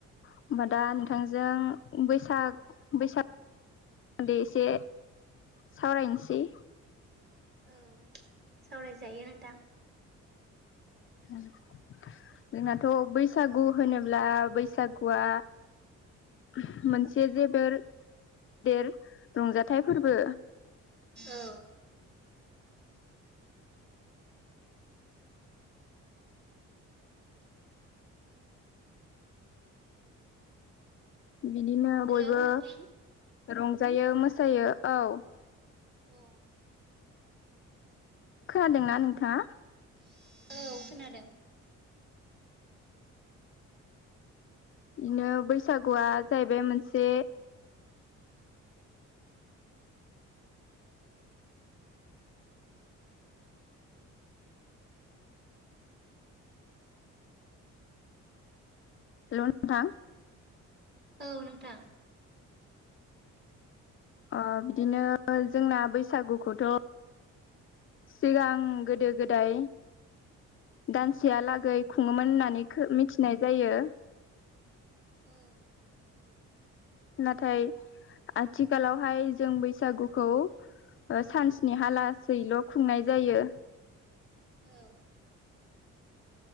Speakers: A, on the left (about 45°); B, on the right (about 35°).
A: होमबा दा नोंथांजों बैसाग बैसाग सोमोन्दै एसे सावरायनोसै।
B: औ सावरायजायो नोंथां।
A: उम जोंनाथ' बैसागु होनोब्ला बैसागुआ <unintelligible> मोनसे जेबोर देर रंजाथाइ फोरबो
B: औ
A: बिदिनो
B: हेलौ
A: बयबो
B: नोंथां
A: रंजायो मोसायो औ
B: औ
A: खोनादोंना नोंथाङा
B: <unintelligible> औ खोनादों
A: बिदिनो बैसागुआ जाहैबाय मोनसे हेलौ नोंथां
B: औ नोंथां
A: अ' बिदिनो जोंना बैसागुखौथ' सिगां गोदो गोदाय दानसेयालागै
B: औ
A: खुङोमोन होननानै खो मिथिनाय जायो
B: औ
A: नाथाय आथिखालावहाय जों बैसागुखौ ओ सानस्नि हालासैल' खुंनाय जायो
B: औ